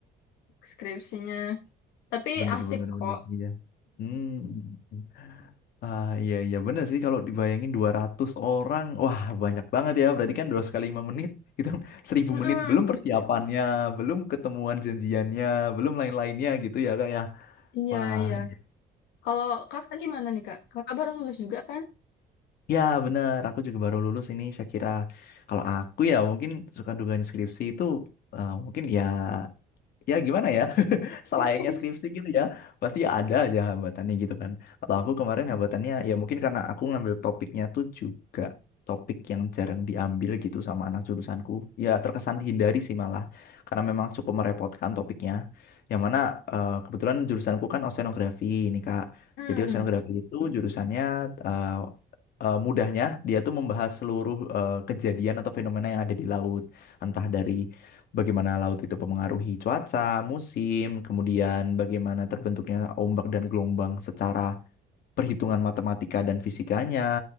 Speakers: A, on the left (about 85°); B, on the left (about 65°).
A: skripsinya tapi
B: Bener
A: asik
B: bener
A: kok
B: bener iya. Hmm. Ah, iya iya bener sih kalau dibayangin 200 orang, wah banyak banget ya. Berarti kan 2 kali 5 menit itu kan <laughs> 1000
A: Mm-mm.
B: menit belum persiapannya, belum ketemuan janjiannya, belum lain-lainnya gitu ya Kak ya.
A: iya
B: Wah,
A: iya
B: iya.
A: Kalau kakak gimana nih kak? Kakak baru lulus juga kan?
B: Ya bener, aku juga baru lulus ini. Saya kira kalau aku ya mungkin suka dugaan skripsi itu eh, mungkin ya ya gimana ya <laughs>
A: <laughs>
B: selayaknya skripsi gitu ya pasti ya ada aja hambatannya gitu kan kalau aku kemarin
A: Hmm.
B: hambatannya ya mungkin karena aku ngambil topiknya tuh juga topik yang jarang diambil gitu sama anak jurusanku ya terkesan dihindari sih malah karena memang cukup merepotkan topiknya yang mana eh, kebetulan jurusanku kan oceanografi ini kak
A: Hmm.
B: jadi oceanografi itu jurusannya eh, eh, mudahnya dia tuh membahas seluruh eh, kejadian atau fenomena yang ada di laut entah dari bagaimana laut itu mempengaruhi cuaca, musim, kemudian bagaimana terbentuknya ombak dan gelombang secara perhitungan matematika dan fisikanya.